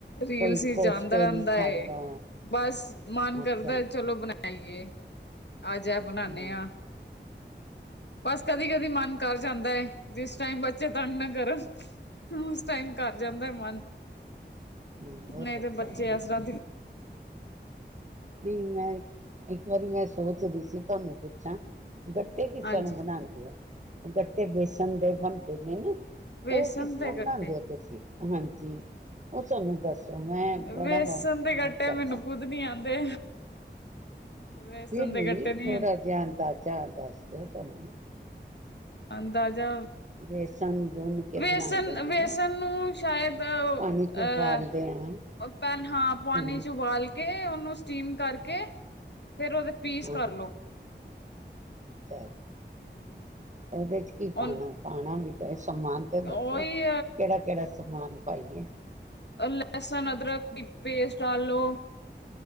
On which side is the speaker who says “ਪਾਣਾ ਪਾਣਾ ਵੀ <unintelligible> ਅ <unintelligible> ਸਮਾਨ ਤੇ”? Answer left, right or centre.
Right